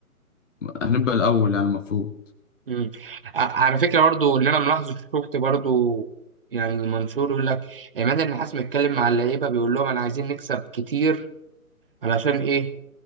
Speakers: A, on the left; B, on the right.
A: هنبقى الأول يعني المفروض
B: مم. ع- على فكره برضو اللي انا ملاحظه شفت برضو يعني المنشور يقول لك عماد النحاس متكلم مع اللعيبه بيقول لهم انا عايزين نكسب كتير علشان ايه